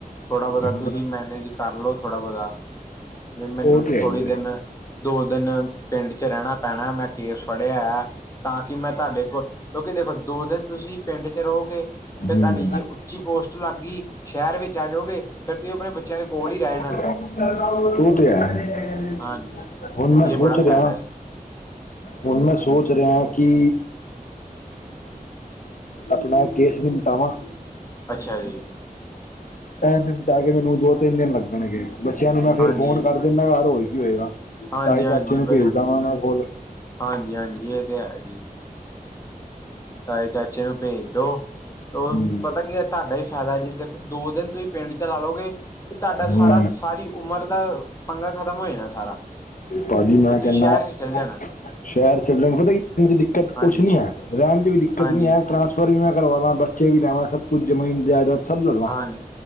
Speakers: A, on the left (about 20°); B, on the left (about 60°).
A: ਥੋੜ੍ਹਾ ਬਹੁਤਾ
B: ਹੂੰ
A: ਤੁਸੀਂ ਮੈਨੇਜ ਕਰ ਲੋ ਥੋੜ੍ਹਾ ਬਹੁਤਾ ਮੈਨੂੰ
B: ਉਹ ਤਾਂ
A: ਥੋੜ੍ਹੇ
B: ਹੈ ਹੀ
A: ਦਿਨ
B: ਹੈ
A: ਦੋ ਦਿਨ ਪਿੰਡ ਚ ਰਹਿਣਾ ਪੈਣਾ ਮੈਂ ਕੇਸ ਪੜ੍ਹਿਆ ਹੈ ਤਾਂ ਕਿ ਮੈਂ ਤੁਹਾਡੇ ਕੋਲ਼ ਕਿਉਂਕਿ ਦੇਖੋਂ ਦੋ ਦਿਨ ਤੁਸੀਂ ਪਿੰਡ ਚ ਰਹੋਗੇ
B: ਹੂੰ
A: ਫ਼ੇਰ
B: ਹੂੰ
A: ਤੁਹਾਡੀ ਜੇ ਉੱਚੀ ਪੋਸਟ ਲੱਗੀ ਸ਼ਹਿਰ ਵਿੱਚ ਆ ਜਾਓਗੇ, ਫ਼ੇਰ ਤੁਸੀਂ ਆਪਣੇ ਬੱਚਿਆਂ ਦੇ ਕੋਲ ਹੀ ਰਹਿ
B: <unintelligible>
A: ਜਾਣਾ
B: ਓ ਤੇ ਹੈਂ
A: ਹਾਂਜੀ।
B: ਹੁਣ ਮੈਂ
A: ਇਹ
B: ਸੋਚ
A: ਬੜਾ
B: ਰਿਹਾ
A: ਫਾਇਦਾ ਹੈ
B: ਹੁਣ ਮੈਂ ਸੋਚ ਰਿਹਾ ਕੀ, ਆਪਣਾ ਕੇਸ ਨਿਪਟਾਵਾਂ।
A: ਅੱਛਾ ਜੀ।
B: ਇਹ ਦਿਨ ਬਾਅਦ ਮੈਨੂੰ ਦੋ ਤਿੰਨ ਦਿਨ ਲੱਗਣਗੇ, ਬੱਚਿਆਂ ਨੂੰ ਮੈਂ
A: ਹਾਂਜੀ।
B: ਫੇਰ ਫ਼ੋਨ ਕਰ ਦੇਣਾ ਵਾ <unintelligible> ਹੋਏਗਾ
A: ਹਾਂਜੀ
B: ਤਾਏ
A: ਹਾਂਜੀ
B: ਚਾਚੇ ਨੂੰ ਭੇਜਦਾ
A: ਬ
B: ਵਾਂ ਉਹਨਾਂ ਕੋਲ਼
A: ਹਾਂਜੀ ਹਾਂਜੀ ਇਹ ਤੇ ਹੈ ਜੀ ਤਾਏ ਚਾਚੇ ਨੂੰ ਭੇਜ ਦੋ ਤੇ
B: ਹੂੰ।
A: ਪਤਾ ਕੀ ਹੈ ਤੁਹਾਡਾ ਹੀ ਫ਼ਾਇਦਾ ਜੀ ਦੇਖੋਂ ਦੋ ਦਿਨ ਤੁਹੀਂ ਪਿੰਡ ਚਲਾ ਲਓਗੇ ਤੇ ਤੁਹਾਡਾ
B: ਹੂੰ।
A: ਸਾਰਾ ਸਾਰੀ ਉਮਰ ਦਾ ਪੰਗਾ ਖ਼ਤਮ ਹੋ ਜਾਣਾ ਸਾਰਾ
B: ਭਾਜੀ ਮੈਂ
A: ਫਿਰ ਤੁਸੀਂ
B: ਕਹਿੰਦਾ
A: ਸ਼ਹਿਰ ਚ ਚੱਲ ਜਾਣਾ।
B: ਸ਼ਹਿਰ ਚੱਲਣ <inaudible> ਪਤਾ ਦਿੱਕਤ,
A: ਹਾਂਜੀ
B: ਕੁਛ ਨੀ ਆਇਆ। ਰਹਿਣ 'ਚ ਵੀ ਦਿੱਕਤ
A: ਹਾਂਜੀ
B: ਨਹੀਂ ਆ ਟਰਾਂਸਫਰ ਵੀ ਮੈਂ ਕਰਵਾ ਲਾ ਬੱਚੇ ਵੀ ਲੈ ਆਵਾ, ਸਭ ਕੁਛ ਜ਼ਮੀਨ ਜ਼ਿਆਦਤ ਸਭ ਲੈਲਾ
A: ਹਾਂਜੀ